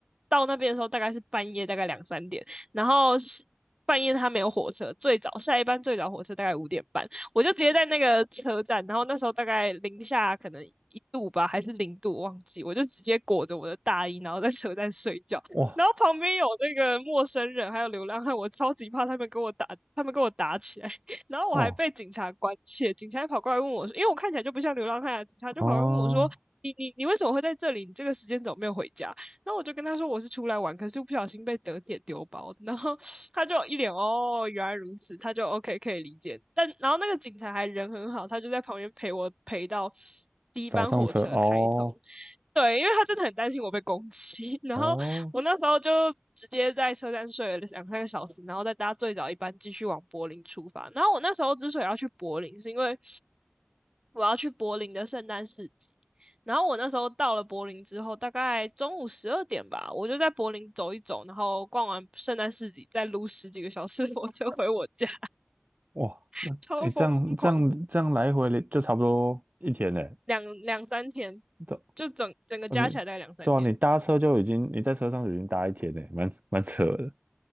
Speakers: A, on the right; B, on the right.
A: 到那边的时候大概是半夜，大概两三点。然后是半夜他没有火车，最早下一班最早火车大概五点半，我就直接在那个车站。然后那时候大概零下可能一度吧，还是零度，忘记。我就直接裹着我的大衣，然后在车站睡觉。
B: 哇
A: 然后旁边有那个陌生人，还有流浪汉，我超级怕他们跟我打，他们跟我打起来，<laughs> 然后我还被警察关切，
B: 哦
A: 警察还跑过来问我说，因为我看起来就不像流浪汉啊，警察就跑过来问我说，
B: 哦，
A: 你你你为什么会在这里？你这个时间怎么没有回家？然后我就跟他说我是出来玩，可是不小心被德铁丢包，<laughs> 然后他就一脸哦原来如此，他就 OK 可以理解，但然后那个警察还人很好，他就在旁边陪我陪到第一班火车开通。
B: 早上车哦
A: 对，因为他真的很担心我被攻击，<laughs> 然后我那时候就直接在车站睡了两三个小时，
B: 哦。
A: 然后再搭最早一班继续往柏林出发。然后我那时候之所以要去柏林，是因为我要去柏林的圣诞市集。然后我那时候到了柏林之后，大概中午十二点吧，我就在柏林走一走，然后逛完圣诞市集，再撸十几个小时 <laughs> 的火车回我家，
B: 哇，
A: <laughs>
B: 那哎，
A: 超疯狂，
B: 诶这样这样这样来回了就差不多一天呢。
A: 两两三天，
B: 这
A: 就整整个加起来大概两三天。
B: 哦你对啊，你搭车就已经你在车上就已经搭一天呢，蛮蛮扯的。